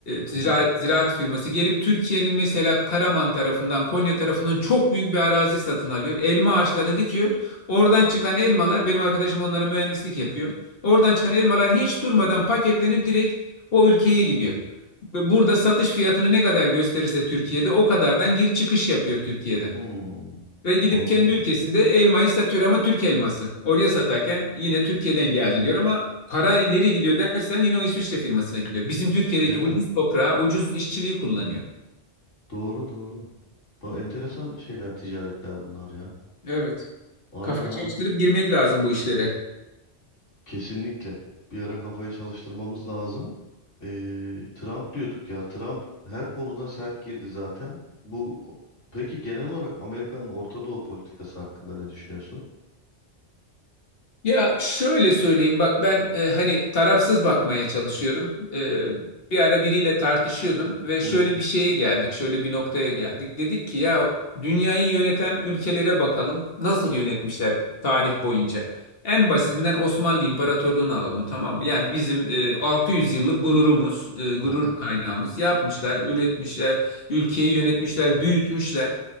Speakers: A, on the left; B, on the left.
A: zira-
B: Hı hı.
A: ziraat firması gelip Türkiye'nin mesela Karaman tarafından, Konya tarafından çok büyük bir arazi satın alıyor. Elma ağaçlarını dikiyor. Oradan çıkan elmalar, benim arkadaşım onlara mühendislik yapıyor. Oradan çıkan elmalar hiç durmadan paketlenip direkt o ülkeye gidiyor. Burada satış fiyatını ne kadar gösterirse Türkiye'de o kadardan gir çıkış yapıyor Türkiye'den.
B: Hmm.
A: Ve gidip
B: Anladım.
A: kendi ülkesinde elmayı satıyor ama Türk elması. Oraya satarken yine Türkiye'den geldi diyor ama para nereye gidiyor dersen yine o İsviçre firmasına gidiyor. Bizim Türkiye'deki
B: Değil
A: ucuz
B: mi?
A: toprağı, ucuz işçiliği kullanıyor.
B: Doğru doğru. Bu enteresan şeyler, ticaretler bunlar ya.
A: Evet.
B: Aynen
A: Kafa
B: abi.
A: çalıştırıp girmek lazım bu işlere.
B: Kesinlikle. Bir ara kafayı çalıştırmamız lazım. Ee, Trump diyorduk ya. Trump her konuda sert girdi zaten. Bu peki genel olarak Amerika'nın Orta Doğu politikası hakkında ne düşünüyorsun?
A: Ya şöyle söyleyeyim bak ben e, hani tarafsız bakmaya çalışıyorum. E, bir ara biriyle tartışıyordum ve şöyle
B: Hı hı
A: bir şeye geldik, şöyle bir noktaya geldik. Dedik ki ya dünyayı yöneten ülkelere bakalım nasıl yönetmişler tarih boyunca. En basitinden Osmanlı İmparatorluğunu alalım tamam mı? Yani bizim e, 600 yıllık gururumuz, e, gurur
B: hı hı
A: kaynağımız yapmışlar, üretmişler, ülkeyi yönetmişler, büyütmüşler.